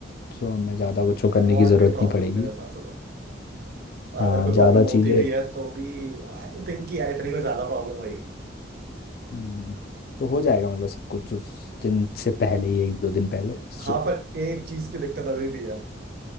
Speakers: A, on the left; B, on the right.
A: सो हमें ज़्यादा कुछ वो करने
B: इट वॉन्ट
A: की ज़रूरत
B: बी प्रॉब्लम
A: नहीं पड़ेगी
B: मेरे हिसाब से तो और
A: हाँ
B: अगर कोई प्रॉब्लम
A: ज़्यादा
B: होती
A: चीज़ें
B: भी है तो भी आई थिंक कि यार इतनी कोई ज़्यादा प्रॉब्लम होगी
A: हम्म, तो हो जाएगा मतलब सब कुछ उस दिन से पहले ही एक दो दिन पहले सो
B: हाँ पर एक चीज़ की दिक्कत अभी भी है